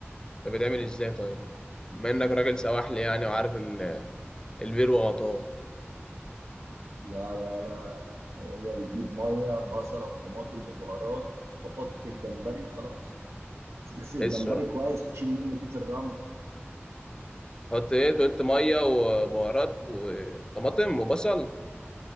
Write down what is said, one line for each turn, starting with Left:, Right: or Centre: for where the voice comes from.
Left: ده بيتعمل ازاي طيب بما انك راجل سواحلي يعني وعارف ال- البير وغطاه
Right: لا لا لا هي بتجيب ميه بصله وطماطم وبهارات وحط الجمبري وخلاص تغسل الجمبري
Left: ايه السرعه
Right: كويس وتشيل منه كيس الرمله
Left: حط ايه أنت قلت ميه وبهارات و- وطماطم وبصل